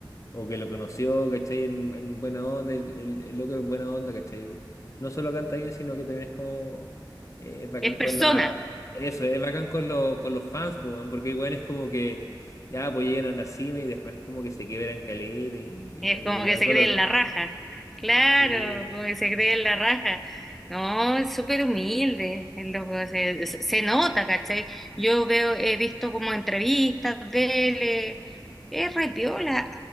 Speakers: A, on the left (about 40°); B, in the centre.
A: O que lo conoció, ¿cachai? En, en buena onda, el, el, el loco es buena onda, ¿cachai? No solo canta bien, sino que también es como... eh, es bacán
B: Es
A: con
B: persona.
A: la... Eso, es bacán con, lo- con los fans, po, weón, porque bueno, es como que ya pues llegan a la cima y después como que se quiebran caleta y, y
B: Y
A: como
B: es como
A: que le
B: que
A: dan
B: se
A: color.
B: cree en la raja. Claro,
A: Sí.
B: como que se cree en la raja. No, es súper humilde el loco. Se, se- se nota, ¿cachai? Yo veo, he visto como entrevistas de él. eh, Es re piola.